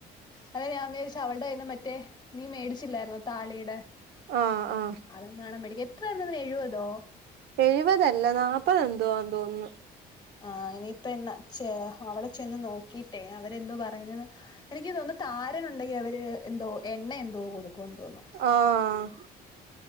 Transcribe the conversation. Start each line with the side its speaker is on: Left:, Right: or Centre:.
Left: അല്ലെ ഞാൻ മേരിച്ച അവളുടെ കയ്യീന്ന് മറ്റേ നീ മേടിച്ചില്ലായിരുന്നോ താളീടെ
Right: ആഹ് ആഹ്
Left: അതെ കാണാൻ മെഡിക്ക എത്രായിരുന്നതിന് എഴുപതോ
Right: എഴുപതല്ല നാല്പ്പത് എന്തുവാന്ന് തോന്നുന്നു
Left: ആഹ് ഇനിയിപ്പ എന്നാ ചെ അവിടെ ചെന്ന് നോക്കിട്ടേ അവരെന്തോ പറയുന്നെന്ന് എനിക്ക് തോന്നുന്നു താരൻുണ്ടെങ്കിൽ അവര് എന്തോ എണ്ണ എന്തോ കൊടുക്കോന്ന് തോന്നുന്നു
Right: ആഹ്